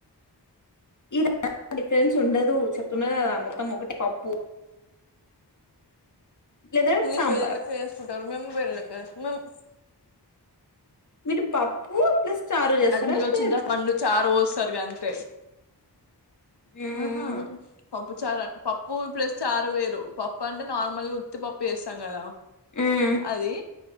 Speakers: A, on the left; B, on the left.
A: ఇది డిఫరెన్స్ ఉండదు చెప్తున్న కదా మొత్తం ఒకటే పప్పు లేదా
B: మీరు
A: సాంబార్
B: వేళ్ళక వేసుకుంటారు మేము వేళ్ళక ఎస్ మేమ్
A: మీది పప్పు ప్లస్ చారు చేస్తారా
B: అందులో
A: లేదు
B: చింత పండు చారు పోస్తారు గంతే
A: మ్మ్
B: ఆహా పప్పు చార పప్పు ప్లస్ చారు వేరు పప్పు అంటే నార్మల్గా ఉత్తిపప్పు చేస్తాం కదా
A: మ్మ్
B: అది